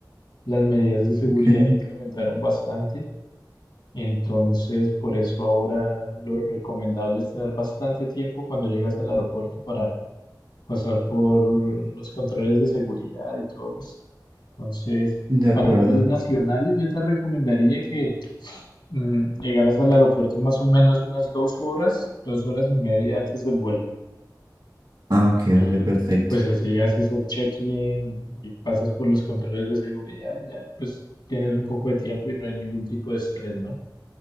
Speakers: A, on the left; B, on the right.
A: las medidas de seguridad
B: Ok,
A: incrementaron bastante. Entonces, por eso ahora lo recomendable es tener bastante tiempo cuando llegas al aeropuerto para pasar por los controles de seguridad y todo esto. Entonces,
B: de acuerdo.
A: para vuelos nacionales, yo te recomendaría que mm, llegaras al aeropuerto más o menos unas dos horas, dos horas y media antes del vuelo.
B: Ah, ok,
A: Y
B: vale, perfecto.
A: pues así haces el check-in y pasas por los controles de seguridad y ya pues tienes un poco de tiempo y no hay ningún tipo de estrés, ¿no?